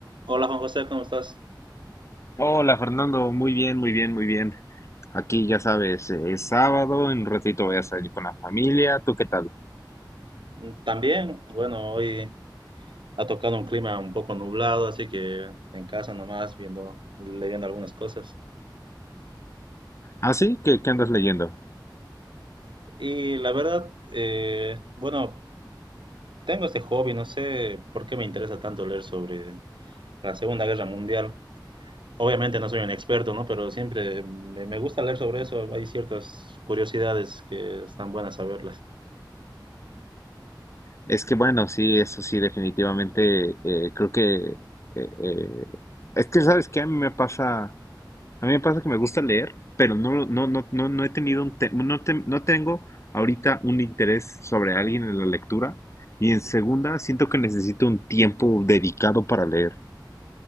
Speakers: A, on the right; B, on the left.
A: Hola Juan José, ¿cómo estás?
B: Hola Fernando, muy bien, muy bien, muy bien. Aquí ya sabes, eh, es sábado, en un ratito voy a salir con la familia. ¿Tú qué tal?
A: Mm, También, bueno, hoy ha tocado un clima un poco nublado, así que en casa nomás viendo, leyendo algunas cosas.
B: ¿Ah, sí? ¿Qué, qué andas leyendo?
A: Y la verdad, eh, bueno, tengo este hobby, no sé por qué me interesa tanto leer sobre la Segunda Guerra Mundial. Obviamente no soy un experto, ¿no? Pero siempre me, me gusta leer sobre eso, hay ciertas curiosidades que están buenas saberlas.
B: Es que bueno, sí, eso sí, definitivamente eh, creo que... eh, eh, es que sabes que a mí me pasa, a mí me pasa que me gusta leer, pero no, lo- no, no, no, no he tenido un te- no, te- no tengo ahorita un interés sobre alguien en la lectura. Y en segunda, siento que necesito un tiempo dedicado para leer.